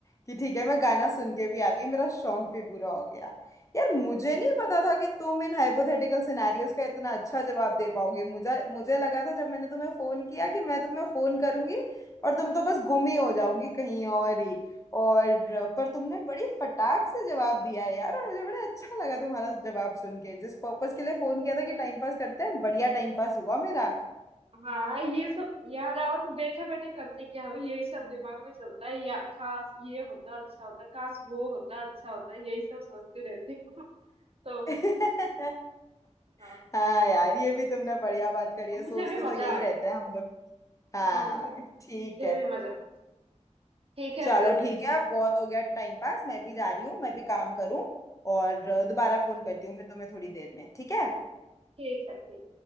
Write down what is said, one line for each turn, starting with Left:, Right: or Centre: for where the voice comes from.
Left: कि ठीक है मैं
Right: हाँ
Left: गाना सुन के भी आ गई मेरा शौक भी पूरा हो गया यार मुझे
Right: हम्म।
Left: नहीं पता था कि तुम इन हाइपोथेटिकल सिनेरियोज का इतना अच्छा जवाब दे पाओगी मुझे मुझे लगा था जब मैंने तुम्हें फोन किया कि मैं तुम्हें फोन करूंगी और तुम तो बस गुम ही हो जाओगी कहीं और ही और पर तुमने बड़ी फटाक से जवाब दिया है यार और मुझे बड़ा अच्छा लगा तुम्हारा जवाब सुन के जिस पर्पस के लिए फोन किया था कि टाइम पास करते हैं बढ़िया टाइम पास हुआ मेरा
Right: हाँ, ये सब यार और बैठे बैठे करते क्या हो यही सब दिमाग में चलता है या काश ये होता अच्छा होता काश वो होता अच्छा होता यही सब सोचती रहती हूँ तो
Left: <laughs>
Right: हाँ
Left: हाँ यार ये भी तुमने बढ़िया बात करी है
Right: मुझे
Left: सोचते
Right: भी मजा
Left: तो यही
Right: आ
Left: रहते
Right: गया
Left: हैं हम लोग
Right: हम्म
Left: हाँ ठीक
Right: मुझे
Left: है
Right: भी मजा आ गया ठीक है
Left: चलो
Right: फिर
Left: ठीक है अब बहुत हो गया टाइम पास मैं भी जा रही हूँ मैं भी काम करूँ और
Right: हम्म,
Left: दोबारा फोन करती हूँ फिर तुम्हें थोड़ी देर में ठीक है
Right: ठीक है ठीक